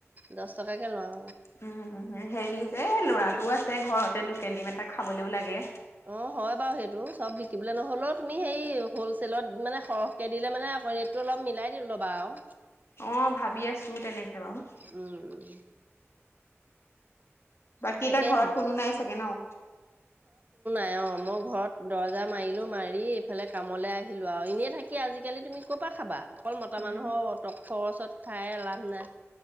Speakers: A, on the right; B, on the left.
A: দহ টকাকে লওঁ
B: উম, হেৰি যে লৰা দো আছে ঘৰতে লোকেল ডিম এটা খাবলৈও লাগে।
A: অ হয় বাৰু সেইটো চব বিকিবলৈ নহলেও তুমি সেই হলচেলত মানে সৰহকে দিলে মানে ৰেটটো অলপ মিলাই দিল ল'বা আৰু।
B: অ ভাবি আছো তেনেকে। বাৰু
A: উম উম।
B: বাকী
A: তাকেহে
B: এটা ঘৰত কোনো নাই চাগে ন।
A: অঁ মই ঘৰত দৰজা মাৰিলোঁ মাৰি এইফালে কামলৈ আহিলোঁ আৰু এনেই থাকি আজিকালি তুমি ক'ৰপৰা খাবা? অকল মতা
B: উম
A: মানুহৰ অটক খৰচত খাই লাভ নাই।